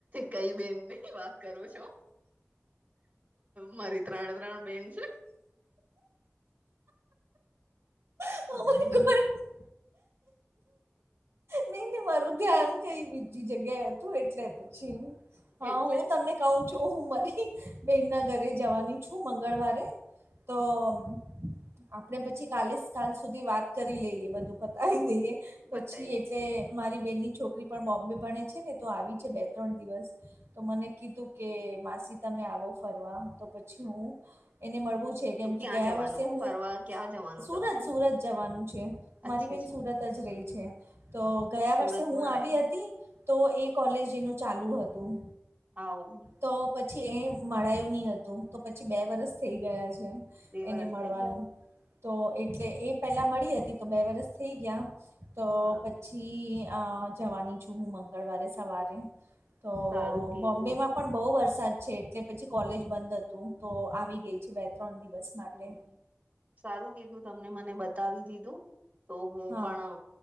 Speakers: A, on the right; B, on the right.
A: કઈ બેનની વાત કરો છો.? મારી ત્રણે ત્રણ બેન છે.
B: અર <inaudible> નહીં મારું ધ્યાન કઈ બીજી જગ્યા હતું, એટલે પછી હા
A: એટલે
B: હું તમને કહું છો હું મારી બેન ના ઘરે જવાની છું મંગળવારે. તોમ આપણે પછી કાલે જ કાલ સુધી વાત કરી લઈએ બધું પતાવી દઈએ,
A: બતાવી
B: પછી
A: દી.
B: એટલે મારી બેનની છોકરી પણ બોમ્બે ભણે છે ને, તો આવી છે બે ત્રણ દિવસ તો મને કીધું કે માસી તમે આવો ફરવા તો પછી હું એને મળવું આવી છુ કેમ
A: તો
B: કે
A: ક્યાં
B: ગયા
A: જવાનું
B: વર્ષે હું
A: ફરવા ક્યાં જવાનું
B: સુરત
A: તમને
B: સુરત જવાનું છે
A: આ
B: મારી
A: છે
B: બેન સુરત જ રહી છે તો ગયા
A: સુરતમાં
B: વર્ષે હું આવી
A: રહે
B: હતી તો એ કોલેજનું ચાલુ હતું.
A: આવું.
B: તો પછી એ મળાયું નહીં હતું. તો પછી બે વરસ થઈ ગયા છે.
A: બે
B: એને
A: વરસ
B: મળવાનું
A: થઈ ગયા
B: તો એટલે એ પેલા મળી હતી તો બે વરસ થઈ ગયા તો
A: હા
B: પછી અ જવાની છું હું મંગળવારે સવારે. તો
A: સારું કીધું
B: બોમ્બેમાં પણ બહુ વરસાદ છે એટલે પછી કોલેજ બંધ હતું તો આવી ગઈ છે બે ત્રણ દિવસ. માટે
A: હમ સારું કીધું તમને મને બતાવી દીધું. તો હું
B: હા
A: પણ